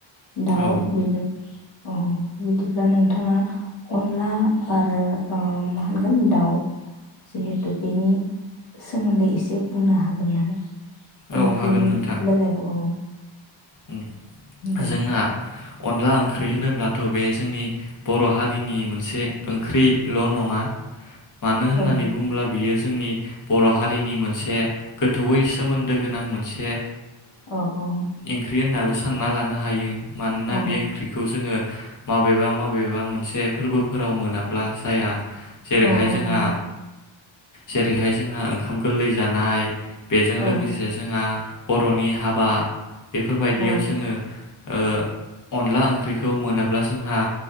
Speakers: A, on the left; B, on the left.
A: दाव
B: औ
A: बिदिनो औ बिदिब्ला नोंथाङा अनला आरो मा होनगोन दाव जिहेथु बेनि सोमोन्दै एसे बुंनो हागोन नामा
B: औ
A: ओंख्रिनि
B: हागोन नोंथां
A: बेलायाव औ
B: उम
A: दे
B: जोंना अनला ओंख्रि होनोब्लाथ बे जोंनि बर हारिनि मोनसे ओंख्रिल नङा मानो होननानै
A: औ
B: बुङोब्ला बियो जोंनि बर हारिनि मोनसे बे गोथौयै सोमोन्दो गोनां मोन से
A: औ औ
B: ओंख्रि होनाबो सानना लानो हायो। मानोना
A: औ
B: बे ओंख्रिखौ जोङो माबेबा माबेबा मोनसे फोर्बोफोराव मोनाब ब्ला जाया जेरैहाय
A: औ औ
B: जोंहा
A: नंगौ
B: जेरैहाय जोंहा ओंखाम गोरलै जानाय बेजों
A: औ
B: लोगोसे जोंहा बरनि हाबा बेफोरबायदियाव
A: औ
B: जोङो ओ अनला ओंख्रिखौ मोनाब ब्ला जोंहा